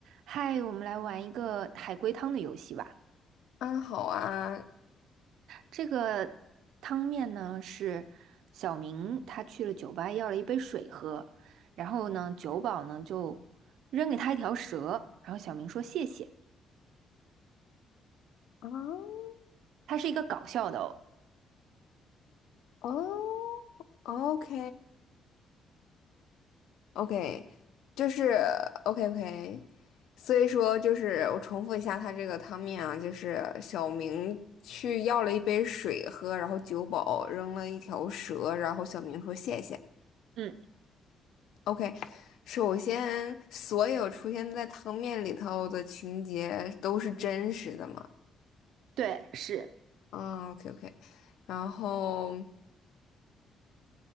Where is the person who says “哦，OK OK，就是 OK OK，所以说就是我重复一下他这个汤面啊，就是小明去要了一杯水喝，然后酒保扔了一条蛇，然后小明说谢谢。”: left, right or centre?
Left